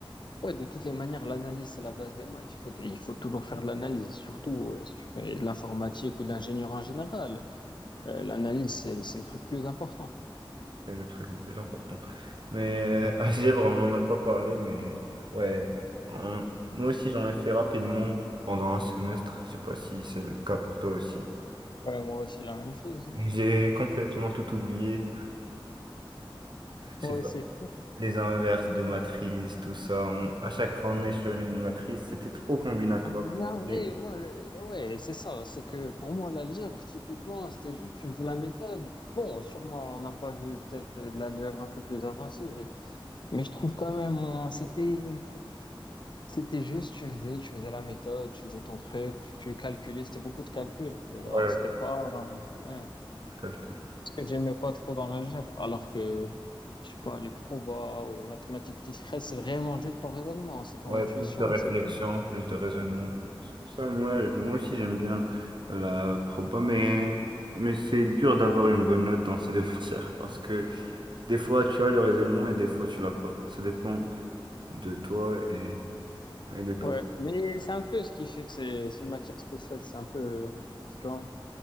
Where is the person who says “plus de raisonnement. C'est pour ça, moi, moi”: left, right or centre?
Right